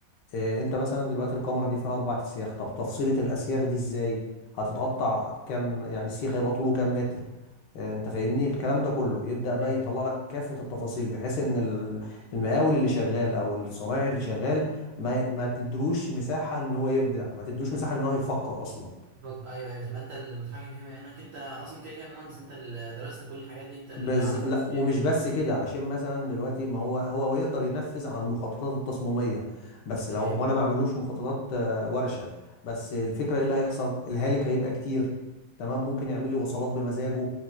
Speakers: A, on the left; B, on the right.
A: إيه انت مثلا دلوقتي الكاميرا دي فيها اربع اسياخ طب تفصيلة الاسياخ دي ازاي هتتقطع كام يعني السيخ هيبقى طوله كام متر إيه انت فاهمني الكلام ده كله يبدأ بقى
B: ايوه
A: يطلع
B: ايوه
A: لك كافة التفاصيل بحيث ان ال- المقاول اللي شغال او الصنايعي اللي شغال ما ما تدروش مساحة ان هو يبدع ما تدروش مساحة ان هو يفكر اصلا
B: بلوج- ايوه ايوه تبقى انت المتحكم فيه بما انك انت اصلا كده كده مهندس انت اللي درست كل الحاجات دي انت اللي
A: بز...
B: عليك
A: لا
B: المسؤوليه
A: ومش
B: كلها
A: بس كده عشان مثلا دلوقتي ما هو هو يقدر ينفذ على المخططات التصميميه بس لو
B: ايوه
A: وانا ما اعملوش مخططات آه، ورشه بس الفكره ايه اللي هيحصل الهالك هيبقى كتير تمام ممكن يعمل لي وصلات بمزاجه